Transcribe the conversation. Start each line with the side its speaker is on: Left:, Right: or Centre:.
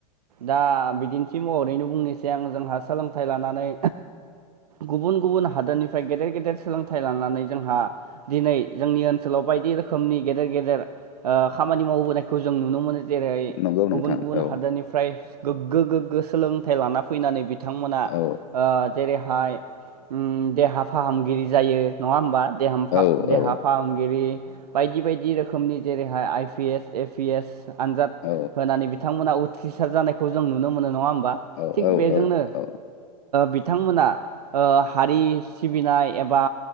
Right: दा बिदिन्थि महरैनो बुंनोसै आं जोंहा सोलोंथाइ लानानै गुबुन गुबुन हादोरनिफ्राय गेदेर गेदेर सोलोंथाइ लानानै जोंहा दिनै जोंनि ओनसोलाव बाय बायदि रोखोमनि गेदेर गेदेर खामानि मावबोनायखौ जों नुनो मोनो जेरै
Left: नंगौ
Right: गुबुन
Left: नोंथां
Right: गुबुन
Left: औ
Right: हादोरनिफ्राय गोग्गो गोग्गो सोलोंथाइ लाना फैनानै बिथांमोना
Left: औ
Right: जेरैहाय देहा फाहामगिरि जायो नङा होमबा देहामफा
Left: औ
Right: देहा
Left: औ
Right: फाहामगिरि बायदि बायदि रोखोमनि जेरैहाय I P S A P S आनजाद
Left: औ
Right: होनानै बिथांमोना उथ्रिसार जानायखौ जों नुनो मोनो नङा होमबा
Left: औ
Right: थिग
Left: औ
Right: बेजोंनो
Left: औ औ
Right: बिथांमोना ओ हारि सिबिनाय एबा